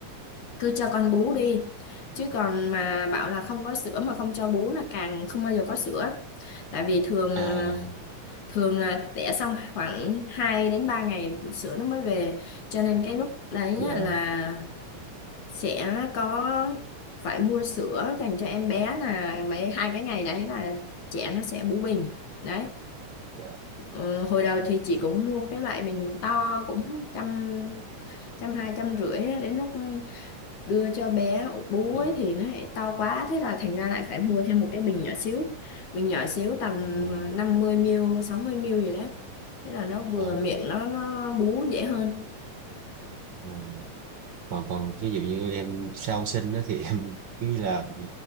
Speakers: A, on the left; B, on the right.
A: cứ cho con bú đi chứ còn mà bảo là không có sữa mà không cho bú là càng không bao giờ có sữa tại vì thường
B: à
A: ờ, thường là đẻ xong khoảng 2 đến 3 ngày sữa nó mới về cho nên cái lúc đấy
B: dạ
A: á là sẽ có phải mua sữa dành cho em bé là mấy hai cái ngày đấy là trẻ nó sẽ bú bình đấy
B: dạ
A: Ờ, hồi đầu thì chị cũng mua cái loại bình to cũng trăm trăm hai trăm rưỡi á, đến lúc đưa cho bé bú
B: dạ
A: ấy thì nó lại to quá thế là thành ra lại phải mua thêm một cái bình nhỏ xíu bình nhỏ xíu tầm
B: ô,
A: ờ, 50 ml 60 ml gì đấy thế là nó vừa
B: ô,
A: miệng nó nó bú dễ hơn
B: dạ, còn còn ví dụ như em sau sinh đó thì <laughs> em cứ như là ừ,